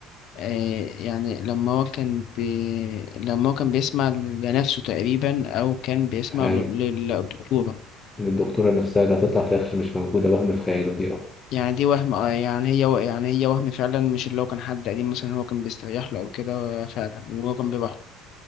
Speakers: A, on the left; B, on the left.
A: إيه، يعني لما هو كان بي... لما هو كان بيسمع لنفسه تقريبا او كان بيسمع
B: هاي
A: ل- لل- للدكتوره
B: من الدكتورة نفسها اللي هتطلع في الآخر مش موجودة وهم في خياله دي اه
A: يعني دي وهم آه، يعني هي و- يعني هي وهم فعلا مش اللي هو كان حد قديم مثلا هو كان بيستريح له او كده آه، فعلا وهو كان بيبقى